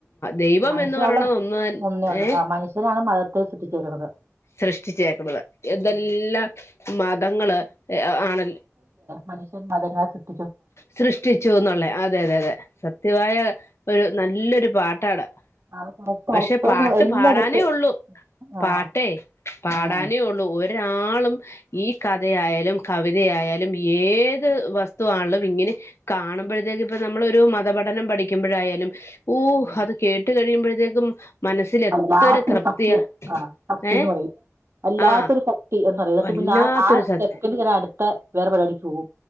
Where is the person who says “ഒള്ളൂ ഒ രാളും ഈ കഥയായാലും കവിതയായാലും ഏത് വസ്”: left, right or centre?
Left